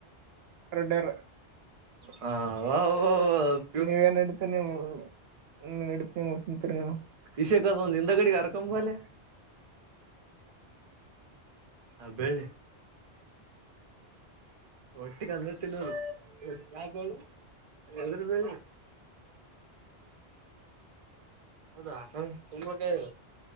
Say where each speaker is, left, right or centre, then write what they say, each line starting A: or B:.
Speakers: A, on the right; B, on the right.
A: ರೆಡರು.
B: ಹಾ ವ <unintelligible>
A: ನೀವ ಏನ್ ಹಡತರಿ ನೀವು ನೀನ್ ಹಡತಿ ನೀ್ಟ್ಟ ನಿಂತರಿ ನೀವು <unintelligible>
B: ಇಷೇಕದ ಒಂದು ಹಿಂದಗಡಿಗೆ ಹರ್ಕೊಂಬಾಲೆ. ಹ ಬೆಳ್ಳಿ <unintelligible> ಒಟ್ಟಿಗೆ ಅನ್ನ ತಿನ್ನೋದು ಯಾ ಬು <unintelligible> ಎದರು ಬಿ ಅದಾ ಕುಂಬಳಕಾಯಿ,